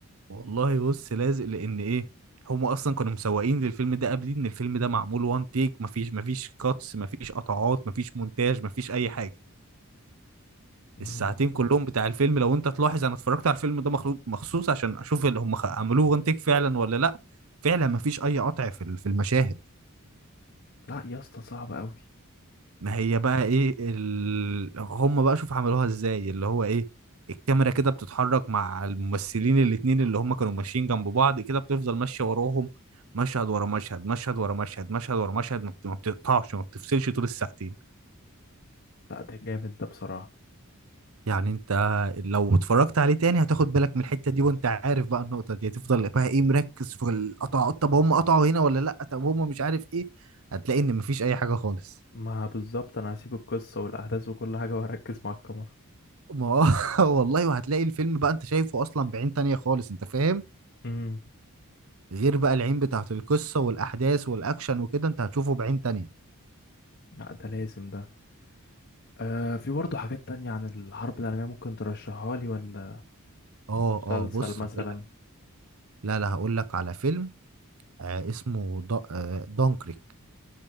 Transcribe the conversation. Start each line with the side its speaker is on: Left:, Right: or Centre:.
Right: والله بص لازق لان ايه هم اصلا كانوا مسوقين للفيلم ده قبلين ان الفيلم ده معمول وان تيك مفيش مفيش كاتس مفيش قطعات مفيش مونتاج مفيش اي حاجة
Left: <laughs> مم.
Right: الساعتين كلهم بتاع الفيلم لو انت تلاحظ انا اتفرجت على الفيلم ده مخلوق مخصوص عشان اشوف اللي هم خ- عملوه وان تيك فعلا ولا لا فعلا مفيش اي قطع في ال- في المشاهد
Left: لا يا اسطى صعب قوي
Right: ما هي بقى ايه ال... هم بقى شوف عملوها ازاي اللي هو ايه الكاميرا كده بتتحرك مع الممثلين الاتنين اللي هم كانوا ماشيين جنب بعض كده بتفضل ماشية وراهم مشهد ورا مشهد مشهد ورا مشهد مشهد ورا مشهد ما بت- ما بتقطعش ما بتفصلش طول الساعتين
Left: لا ده جامد ده بصراحة
Right: يعني انت لو اتفرجت عليه تاني هتاخد بالك من الحتة دي وانت عارف بقى النقطة دي هتفضل بقى ايه مركز في القطع طب هم قطعوا هنا ولا لا طب هم مش عارف ايه هتلاقي ان مفيش اي حاجة خالص
Left: ما بالظبط انا هسيب القصة والاحداث وكل حاجة <laughs> واركز مع الكاميرا
Right: ما هو- <laughs> والله وهتلاقي الفيلم بقى انت شايفه اصلا بعين تانية خالص انت فاهم
Left: امم
Right: غير بقى العين بتاعت القصة والاحداث والاكشن وكده انت هتشوفه بعين تانية
Left: لا ده لازم ده آه في برضه حاجات تانية عن الحرب العالمية ممكن ترشحها لي ولا
Right: اه
Left: مسلسل
Right: اه بص
Left: مثلا
Right: هقول لك لا لا هقول لك على فيلم آه اسمه دا آه دانكريك